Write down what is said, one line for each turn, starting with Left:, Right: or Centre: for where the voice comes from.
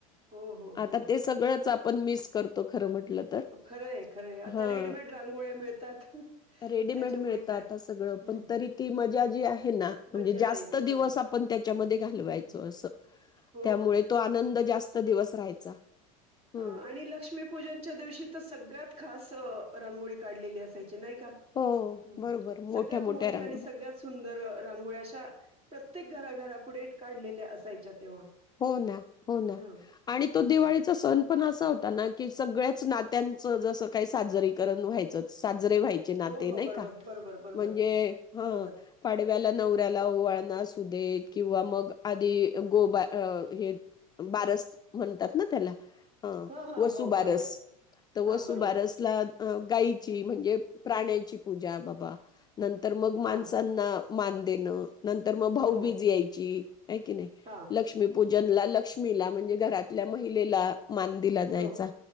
Right: हो, हो,
Left: आता
Right: हो.
Left: ते सगळंच आप पण मीस करतो खरं म्हट मनल तर.
Right: खरं आहे, खरं आहे. आता
Left: हा,
Right: रेडीमेड रांगोळ्या मिळतात.
Left: रेडिमेड
Right: त्याच्यामुळे
Left: मिळत
Right: काय
Left: आता सगळं
Right: हं,
Left: पण, तरी ती मजा
Right: हं.
Left: जी आहे ना, म्हणजे
Right: मज्जा
Left: जास्त
Right: नाहीच. बरोबर.
Left: दिवस आपण त्याच्यामध्ये घालवायचो,
Right: हं.
Left: अस,
Right: हो,
Left: त्यामुळे
Right: हो.
Left: तो आनंद जास्त दिवस राहायचा. हम्म.
Right: ह आणि लक्ष्मी पूजनच्या दिवशी तर सगळ्यात खास अ रांगोळी काढलेली असायची, नाही का?
Left: हो
Right: ह,
Left: बरोबर मोठ्या
Right: सगळ्यात
Left: मोठ्या
Right: मोठी
Left: रांगोळ्या
Right: आणि सगळ्यात सुंदर अं रांगोळ्या अशा प्र त्येक घरा- घरा पुढे काढलेल्या असायच्या तेव्हा.
Left: हो ना, हो ना
Right: हं,
Left: आणि तो दिवाळीचा
Right: हां, हां.
Left: सण पण असा होता ना की, सगळ्याच नात्यांचं जस काही साजरीकरण व्हायचं. साज रे व्हायचे नाते,
Right: हो, हो.
Left: नाही
Right: बरोबर,
Left: का?
Right: बरोबर, बरोबर.
Left: म्हणजे हं
Right: बरोबर.
Left: पाडव्याला नवऱ्याला ओवळण असू दे किंवा मग आधी गोबा अ हे बारस म्हणतात ना त्याला. ह,
Right: हां, हां.
Left: वसुबारस
Right: हो, बरोबर.
Left: तर वसुबारसला
Right: हां, बरोबर.
Left: अं गाईची म्हणजे प्राण्यांची पूजा बाबा नंतर मग माणसांना,
Right: हां.
Left: मान देणं.. नंतर मग भाऊबीज
Right: हो.
Left: यायची आहे कि नाही
Right: हां.
Left: लक्ष्मीपूजनला लक्ष्मीला, म्हणजे घरातल्या महिलेला. मान दिला जायचा,
Right: हो